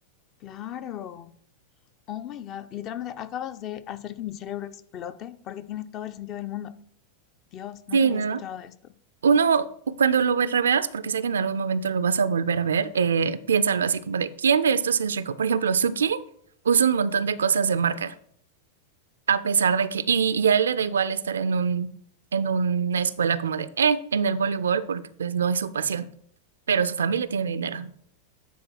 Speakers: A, on the left; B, on the right.
A: Claro. Oh my God. Literalmente acabas de hacer que mi cerebro explote porque tiene todo el sentido del mundo. Dios, nunca
B: Sí,
A: había
B: ¿no?
A: escuchado de esto.
B: Uno, cuando lo ve- reveas, porque sé que en algún momento lo vas a volver a ver, eh, piénsalo así como de, ¿quién de estos es rico? Por ejemplo, Suki usa un montón de cosas de marca, a pesar de que, y, y a él le da igual estar en un, en una escuela como de, eh, en el voleibol, porque pues no es su pasión, pero su familia tiene dinero.